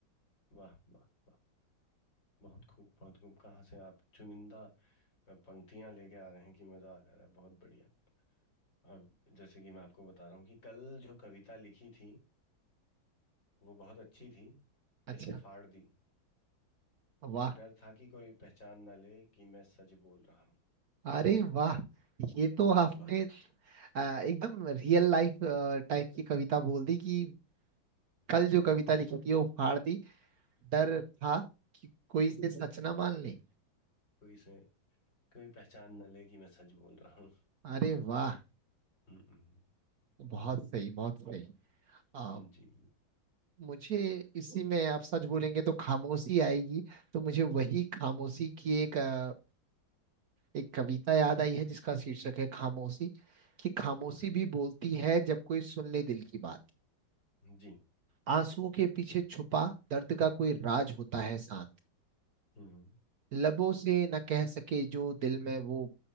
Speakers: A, on the left; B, on the right.
A: वाह वाह वाह बहुत खूब बहुत खूब कहाँ से आप चुनिंदा पंक्तियां लेके आ रहे हैं कि मजा आ जा रहा है बहुत बढ़िया अब जैसे कि मैं आपको बता रहा हूँ कि कल जो कविता लिखी थी वो बहुत अच्छी थी
B: अच्छा
A: इसलिए फाड़ दी
B: वाह
A: डर था कि कोई पहचान ना ले कि मैं सच बोल रहा हूँ
B: अरे वाह ये तो आपने
A: वाह
B: आ, एकदम रियल लाइफ टाइप की कविता बोल दी कि कल जो कविता लिखी थी वो फाड़ दी डर था कि कोई से सच ना मान ले
A: कोई से कोई पहचान ना ले कि मैं सच बोल रहा हूँ
B: अरे वाह
A: हम्म, हम्म,
B: बहुत सही बहुत सही आ,
A: हम्म, जी
B: मुझे इसी में आप सच बोलेंगे तो खामोशी आएगी तो मुझे वही खामोशी की एक आ, एक कविता याद आई है जिसका शीर्षक है खामोशी कि खामोशी
A: हम्म,
B: भी बोलती है जब कोई सुन ले दिल की बात
A: जी
B: आंसुओं के पीछे छुपा दर्द का कोई राज होता है शांत
A: हम्म,
B: लबों से न कह सके जो दिल में वो